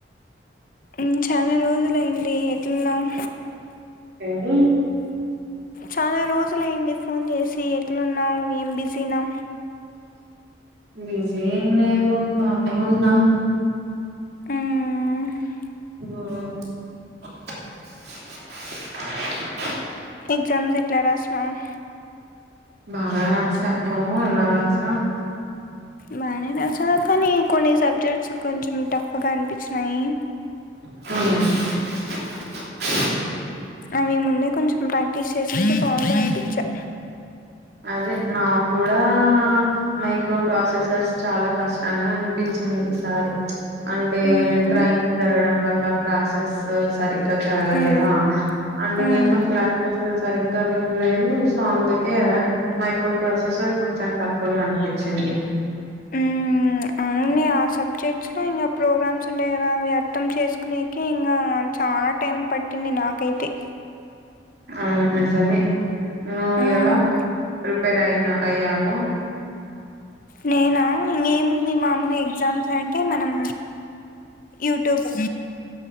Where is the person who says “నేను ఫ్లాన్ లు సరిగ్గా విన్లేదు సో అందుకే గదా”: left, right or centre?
Right